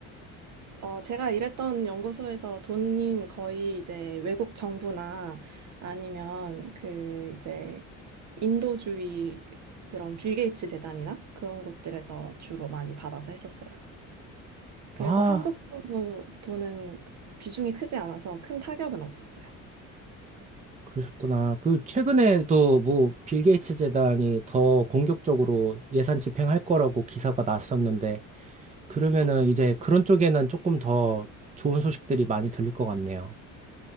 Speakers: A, on the right; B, on the right.
A: 어, 제가 일했던 연구소에서 돈인 거의 이제 외국 정부나 아니면 그 이제 인도주의 그런 빌 게이츠 재단이나 그런 곳들에서 주로 많이 받아서 했었어요. 그래서
B: 아,
A: 한국 정부 돈은 비중이 크지 않아서 큰 타격은 없었어요.
B: 그러셨구나. 그 최근에도 뭐 빌 게이츠 재단이 더 공격적으로 예산 집행할 거라고 기사가 났었는데 그러면은 이제 그런 쪽에는 조금 더 좋은 소식들이 많이 들릴 것 같네요.